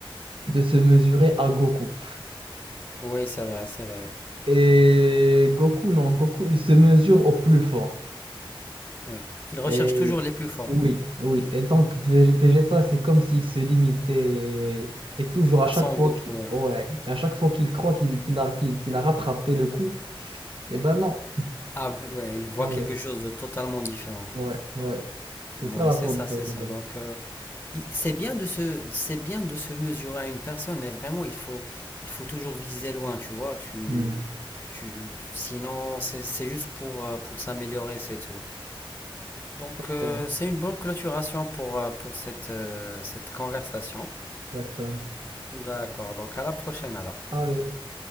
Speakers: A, on the right; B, on the left.
A: de se mesurer à Goku.
B: Oui, c'est vrai, c'est vrai.
A: Et Goku, non, Goku, il se mesure au plus fort.
B: Oui. Il recherche
A: Et
B: toujours les plus forts.
A: oui, oui. Et donc, Ve- Vegeta, c'est comme s'il se limitait. Et toujours,
B: À
A: à chaque
B: Son
A: fois
B: Goku,
A: qu'il
B: ouais.
A: ouais. Et à chaque fois qu'il croit qu'il qu'il a, qu'il, qu'il a rattrapé le coup, eh ben non.
B: Ah, b- ouais, il voit
A: Ah
B: quelque
A: Ouais,
B: chose de totalement différent.
A: ouais, ouais. C'est
B: Ouais,
A: ça la
B: c'est
A: faute
B: ça,
A: de,
B: c'est
A: de
B: ça.
A: Vegeta.
B: Donc, euh, il- c'est bien de se, c'est bien de se mesurer à une personne, mais vraiment, il faut, il faut toujours viser loin, tu vois. Tu,
A: Hmm.
B: tu, tu- sinon, c'est c'est juste pour, euh, pour s'améliorer, c'est tout. Donc,
A: Exactement.
B: euh, c'est une bonne clôturation pour, euh, pour cette, euh, cette conversation.
A: Exactement.
B: D'accord. Donc, à la prochaine alors.
A: Allez.